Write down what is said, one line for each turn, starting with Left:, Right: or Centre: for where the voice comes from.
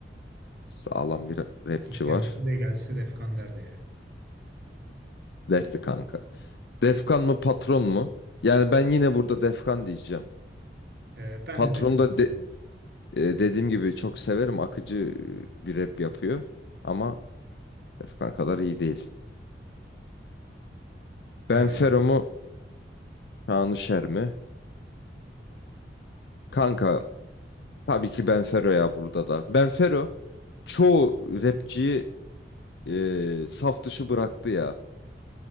Left: sağlam bir rapçi
Right: İlk kendisi
Left: var.
Right: de gelse Defkan derdi ya.
Left: Derdi kanka. Defkan mı patron mu? Yani ben yine burada Defkan diyeceğim.
Right: Ee, ben
Left: Patron
Right: de Defkan
Left: da de-
Right: dedim.
Left: e, dediğim gibi çok severim. Akıcı e, bir rap yapıyor. Ama Defkan kadar iyi değil. Benfero
Right: Ee,
Left: mu Şanışer mi? Kanka tabii ki Benfero ya burada da. Benfero çoğu rapçiyi e, saf dışı bıraktı ya.